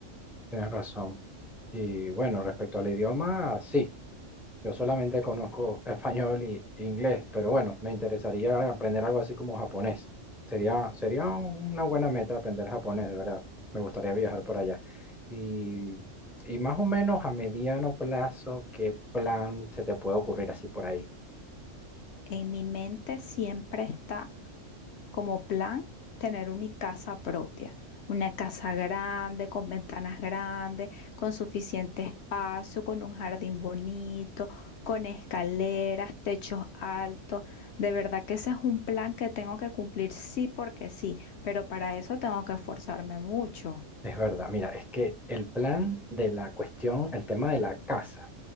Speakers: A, in the centre; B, on the left (about 65°).
A: Tienes razón. Y bueno, respecto al idioma, sí. Yo solamente conozco español y e inglés, pero bueno, me interesaría aprender algo así como japonés. Sería, sería una buena meta aprender japonés, de verdad. Me gustaría viajar por allá. Y, y más o menos a mediano plazo, ¿qué plan se te puede ocurrir así por ahí?
B: En mi mente siempre está como plan tener un- mi casa propia, una casa grande, con ventanas grandes, con suficiente espacio, con un jardín bonito, con escaleras, techos altos. De verdad que ese es un plan que tengo que cumplir sí porque sí, pero para eso tengo que esforzarme mucho.
A: Es verdad, mira, es que el plan de la cuestión, el tema de la casa.